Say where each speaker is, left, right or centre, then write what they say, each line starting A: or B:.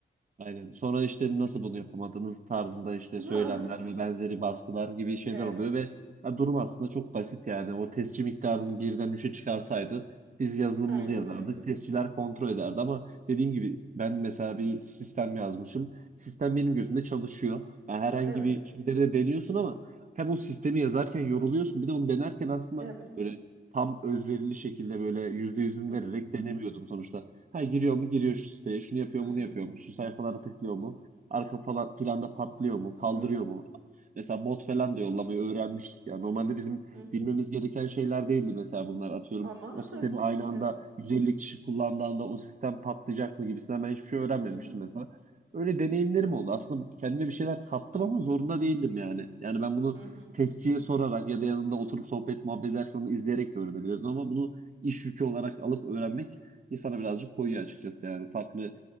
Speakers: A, on the right; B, on the right.
A: Aynen. Sonra işte nasıl bunu yapamadınız tarzında işte söylemler
B: Ah,
A: ve benzeri baskılar gibi şeyler
B: evet.
A: oluyor ve ya durum aslında çok basit yani. O testçi miktarını birden üçe çıkarsaydı biz yazılımımızı
B: Aynen
A: yazardık.
B: öyle.
A: Testçiler kontrol ederdi ama dediğim gibi ben mesela bir sistem yazmışım. Sistem benim gözümde çalışıyor. Yani herhangi
B: Evet.
A: bir şeyleri de deniyorsun ama hem o sistemi yazarken yoruluyorsun bir de onu denerken aslında
B: Evet.
A: böyle tam özverili şekilde böyle yüzde yüzüm
B: Hı
A: vererek
B: hı.
A: denemiyordum sonuçta. Ha, giriyor mu giriyor şu siteye, şunu yapıyor
B: Hı
A: mu bunu
B: hı.
A: yapıyor mu, şu sayfalara tıklıyor mu, arka plan, planda patlıyor mu, kaldırıyor
B: Hı hı.
A: mu? Mesela bot falan da yollamayı öğrenmiştik ya. Normalde bizim
B: Hı hı.
A: bilmemiz gereken şeyler değildi mesela bunlar. Atıyorum
B: Ama
A: o sistemi
B: <laughs>
A: aynı anda
B: evet.
A: 150 kişi kullandığında o sistem patlayacak mı gibisinden ben hiçbir şey öğrenmemiştim
B: Hı hı.
A: mesela. Öyle deneyimlerim oldu. Aslında kendime bir şeyler kattım ama zorunda değildim yani. Yani ben bunu
B: Hı hı.
A: testçiye sorarak ya da yanında oturup sohbet muhabbet ederken onu izleyerek de öğrenebilirdim ama bunu iş yükü olarak alıp öğrenmek insana birazcık koyuyor açıkçası yani. Farklı